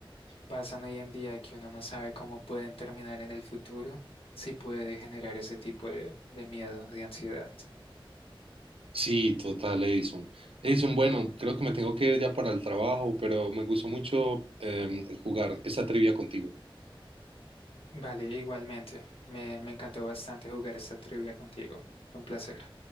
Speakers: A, on the left; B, on the right.
A: pasan hoy en día que uno no sabe cómo pueden terminar en el futuro, sí puede generar ese tipo de, de miedo, de ansiedad.
B: Sí, total, Edison. Edison, bueno, creo que me tengo que ir ya para el trabajo, pero me gustó mucho em, jugar esta trivia contigo.
A: Vale, igualmente. Me, me encantó bastante jugar esta trivia contigo. Un placer.